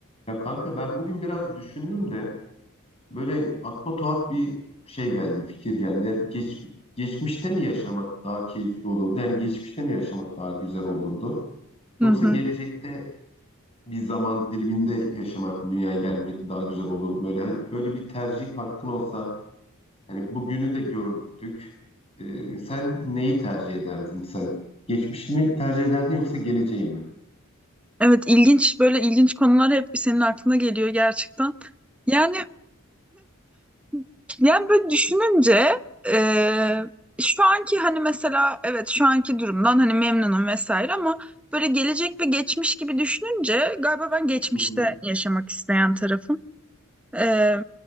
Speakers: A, on the left; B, in the centre.
A: Ya kanka ben bugün biraz düşündüm de böyle aklıma tuhaf bir şey geldi, fikir geldi. Hep Geç, geçmişte mi yaşamak daha keyifli olurdu? Yani geçmişte mi yaşamak daha güzel olurdu?
B: Hı
A: Yoksa
B: hı.
A: gelecekte bir zaman diliminde yaşamak, dünyaya gelmek daha güzel olurdu? Böyle hani böyle bir tercih hakkın olsa, hani bugünü de gördük. Ee, sen neyi tercih ederdin sen? Geçmişi mi tercih ederdin yoksa geleceği mi?
B: Evet ilginç böyle ilginç konular hep senin aklına geliyor gerçekten. Yani <laughs> yani böyle düşününce e, şu anki hani mesela evet şu anki durumdan hani memnunum vesaire ama böyle gelecek ve geçmiş gibi düşününce galiba ben geçmişte
A: Hı hı.
B: yaşamak isteyen tarafım. E,